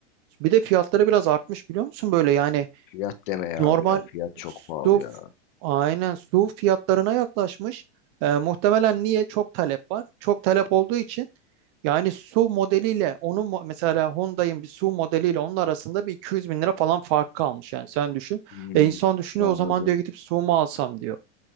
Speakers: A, on the right; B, on the left.
A: Bir de fiyatları biraz artmış biliyor musun böyle yani
B: Fiyat deme ya
A: normal
B: abi ya. Fiyat çok
A: su
B: pahalı ya.
A: aynen su fiyatlarına yaklaşmış. Ee, muhtemelen niye? Çok talep var. Çok talep olduğu için yani su modeliyle onun mo- mesela Hyundai'in bir su modeliyle onun arasında bir 200 bin lira falan fark kalmış yani sen düşün.
B: Hmm,
A: E insan düşünüyor
B: anladım.
A: o zaman diyor gidip su mu alsam diyor.